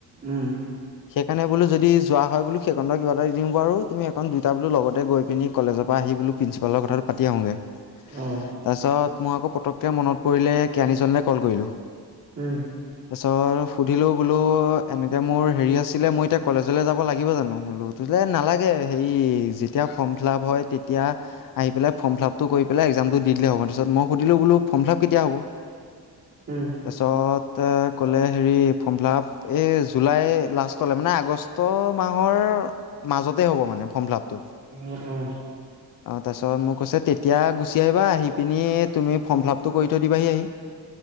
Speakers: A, on the right; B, on the left.
A: উম
B: সেইকাৰণ বোলো যদি দি যোৱা হয় বো সেইকণতে কিবা এটা দিম বাৰু, তুমি এখন দুইটা বোলো লগতে গৈ পিনি কলেজৰ পৰা আহি বোলো প্ৰিন্সিপালক কথাটো পাতি আহোঁগৈ। তাৰপিছত
A: অ
B: মই আকৌ পতককে মনত পৰিলে কেৰাণী জনলৈ কল কৰিলোঁ।
A: উম
B: তাৰপিছত সুধিলোঁ বোলো এনেকৈ মোৰ হেৰি আছিলে মই এতি কলেজলৈ যাব লাগিব জানো বোলো তোলে নালাগে হেৰি যেতিয়া ফৰ্ম ফিল আপ হয় তেতিয়া আহি পেলাই ফৰ্ম ফিলাপটো কৰি পেলাই একজামটো দিলে হব তাৰপিছত মই সুধিলো বোলো ফৰ্ম ফিলাপ কেতিয়া হ'ব।
A: উম
B: তাৰিছত এ ক'লে হেৰি ফৰ্ম ফিলাপ এই জুলাই লাষ্টলৈ মানে আগষ্ট আগষ্ঠ মাহৰ মাজতে হ'ব মানে। ফমফিলাপটো
A: অ অ
B: ত মোক কৈছে তেতিয়া গুচি আহিবা আহি পিনি তুমি ফৰ্ম ফিলাপ টো কৰি থৈ দিবাহি আহি